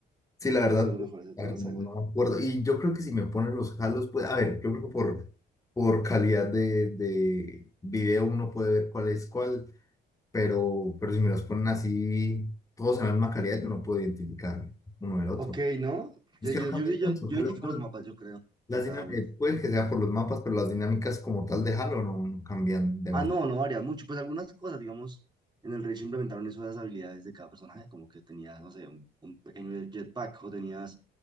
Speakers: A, on the left; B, on the right.
A: Sí, la
B: Yo
A: verdad,
B: creo que ha sido los mejores de todas
A: a ver,
B: las
A: no,
B: sagas.
A: no me acuerdo. Y yo creo que si me ponen los Halos, pues, a ver, yo creo que por, por calidad de, de video uno puede ver cuál es cuál, pero, pero si me los ponen así, todos en la misma calidad, yo no puedo identificar uno del otro.
B: Ok, ¿no?
A: Es
B: Yo,
A: que
B: yo,
A: no cambian
B: yo, yo,
A: mucho.
B: yo
A: Halo,
B: identifico los mapas, yo creo,
A: Las
B: de cada
A: dinámicas,
B: uno.
A: puede que sea por los mapas, pero las dinámicas como tal de Halo no, no cambian demasiado.
B: Ah, no, no varía mucho. Pues algunas cosas, digamos, en el Rage implementaron eso de las habilidades de cada personaje, como que tenías, no sé, un, un pequeño jetpack, o tenías